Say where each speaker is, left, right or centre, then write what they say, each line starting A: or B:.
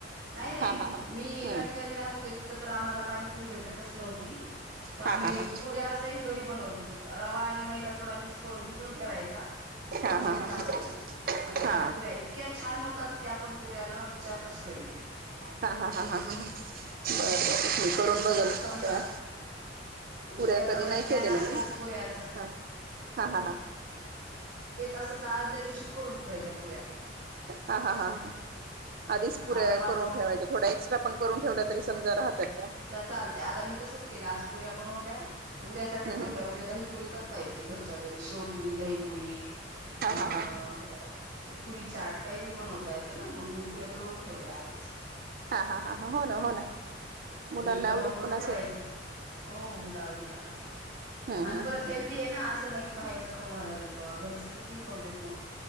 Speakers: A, on the right; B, on the right.
A: नाही नाही
B: हा हा हा
A: मी एका
B: हं
A: ठिकाणी राहत होते तिथं तर आम्हाला पाणीपुरी भेटतच नव्हती तर आम्ही
B: हा हा हा
A: पुऱ्यासहित घरी बनवत होतो रवा आणि माहत थोडा मिक्स करून भिजून ठेवायचा
B: हा
A: थोडं
B: हा
A: मीठ
B: हा हा
A: टाकून आणि त्याच्या
B: हा
A: पुड्या इतक्या छान होत ते आपण पुर्यानं विचारत असतोय नाही
B: हा हा ह ह बर बर
A: नाही
B: मी करून बघल
A: समजा
B: त्या
A: उद्याचा
B: उऱ्या कधी
A: जर
B: नाही
A: प्लॅन
B: केलेल्या
A: असेल
B: मी
A: पुऱ्याचा
B: ह हा ह ह
A: ल तर आजल्या दिवशी करून ठेवायच्या पुऱ्या
B: हा हा हा ह आधीच पुरे
A: आता माझा
B: करून ठेवायच्या थोड्या एक्स्ट्रा पण करून ठेव तरी समजा राहतात त्या
A: तर चालते आता मी तसच केलं आज पुऱ्या बनवल्या उद्यासाठी
B: हम्म
A: ठेवल्या
B: हम्म
A: उद्या दही पुरी करत य त घरच्या घरी शेवपुरी दहीपुरी
B: हा
A: अं
B: हा हा हा
A: पुरी चाट काही बी बनवता येतं ना म्हणून मी पुऱ्या तोळून ठेवल्या आजच
B: हा हा हा हा हो ना हो ना मुलांना
A: एक डबा
B: आवडत
A: भरून
B: पण असेल
A: ठेवायचं हो मुलं आवडी न खातात
B: हम्म
A: आणि
B: हम्म
A: परत हेल्दी आहे ना असं नाही की बाहेर खाऊ घालायला बा घरचं किती खऊ देत मग